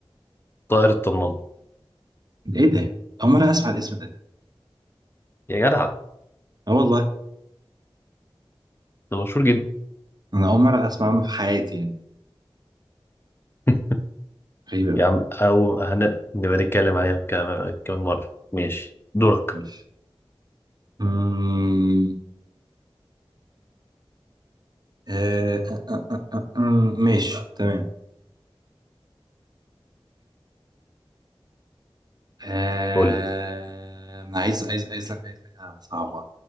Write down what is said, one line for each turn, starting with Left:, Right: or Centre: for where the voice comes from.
Left: طائر الطنان
Right: ايه ده اول مره اسمع الاسم ده
Left: يا جدع
Right: اه والله
Left: ده مشهور جدا
Right: انا اول مره اسمع عنه في حياتي يعني
Left: <laughs>
Right: غريبه قوي
Left: يا عم او هن... نبقى نتكلم عليها كمان كمان مره ماشي دورك
Right: ماشي أمم، آه، آه، آه، آه، آه، آه، ماشي تمام آه،
Left: قول لي
Right: انا عايز عايز عايز لك عايز حاجه صعبه